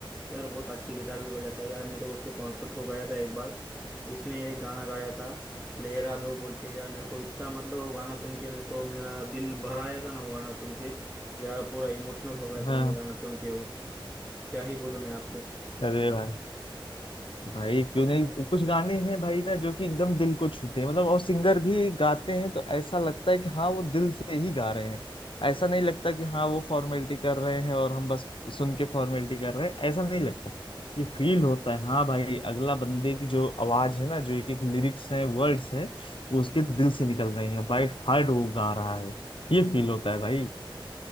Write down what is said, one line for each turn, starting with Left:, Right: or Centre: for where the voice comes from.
Centre: यार बहुत अच्छी गिटार भी बजाता है यार मैं तो उसके कॉन्सर्ट को गया था एक बार उसने एक गाना गाया था लहरा दो बोल के यार मेरे को इतना मतलब वो गाना सुन के मेरे को मेरा दिल भर आया था ना वो गाना सुन के यार पूरा इमोशनल हो गया
Left: हाँ
Centre: था मैं गाना सुन के वो क्या ही बोलूं मैं आपको
Left: अरे भाई भाई क्यों नहीं कुछ गाने हैं भाई ना जो कि एकदम दिल को छूते हैं मतलब और सिंगर भी गाते हैं तो ऐसा लगता है कि हाँ वो दिल से ही गा रहे हैं ऐसा नहीं लगता कि हाँ वो फॉर्मेलिटी कर रहे हैं और हम बस सुन के फॉर्मेलिटी कर रहे हैं ऐसा नहीं लगता ये फील होता है हाँ भाई अगला बंदे की जो आवाज है ना जो एक एक लिरिक्स है वर्ड्स है वो उसके दिल से निकल रहे हैं बाय हार्ट वो गा रहा है ये फील होता है भाई